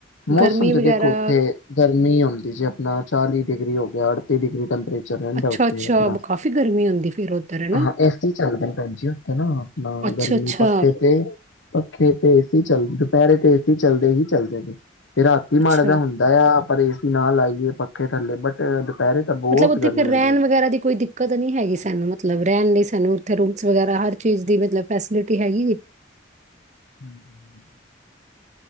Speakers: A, on the left; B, on the right.
A: ਮੌਸਮ
B: ਗਰਮੀ
A: ਤੇ
B: ਵਗੈਰਾ
A: ਦੇਖੋ ਤੇ ਗਰਮੀ ਹੁੰਦੀ ਜੀ ਆਪਣਾ ਚਾਲੀ ਡਿਗਰੀ ਹੋ ਗਿਆ, ਅੱਠਤੀ ਡਿਗਰੀ ਟੈਂਪਰੇ ਚਰ ਰਹਿੰਦਾ
B: ਅੱਛਾ
A: ਉੱਥੇ
B: ਅੱਛਾ
A: ਆਪਣਾ।
B: ਕਾਫ਼ੀ ਗਰਮੀ ਹੁੰਦੀ ਫਿਰ ਉੱਧਰ ਹਨਾ
A: ਹਾਂ, ਏਸੀ ਚੱਲਦਾ ਭੈਣ ਜੀ ਉੱਥੇ ਨਾ ਆਪਣਾ
B: ਅੱਛਾ
A: ਗਰਮੀ
B: ਅੱਛਾ
A: ਪੱਖੇ ਤੇ, ਪੱਖੇ ਤੇ ਏਸੀ ਚੱਲਦੇ। ਦੁਪਹਿਰੇ ਤੇ ਏਸੀ ਚੱਲਦੇ ਹੀ ਚੱਲਦੇ ਨੇ। ਤੇ ਰਾਤੀ
B: ਅੱਛਾ
A: ਮਾੜਾ ਜਾ ਹੁੰ ਦਾ, ਪਰ ਏਸੀ ਨਾ ਲਾਈਏ ਪੱਖੇ ਥੱਲੇ ਬਟ ਦੁਪਹਿਰੇ ਤਾਂ ਬਹੁਤ
B: ਮਤਲਬ ਉੱਥੇ
A: ਗਰਮੀ
B: ਫੇਰ
A: ਹੁੰਦੀ
B: ਰਹਿਣ
A: ਹੈ।
B: ਵਗੈਰਾ ਦੀ ਕੋਈ ਦਿੱਕਤ ਨੀ ਹੈਗੀ ਸਾਨੂੰ, ਮਤਲਬ ਰਹਿਣ ਲਈ ਸ ਨੂੰ ਉਥੇ ਰੂਮਸ ਵਗੈਰਾ, ਹਰ ਚੀਜ਼ ਦੀ ਮਤਲਬ ਫੈਸਿਲਿਟੀ ਹੈਗੀ ਜੇ?
A: ਹੂੰ।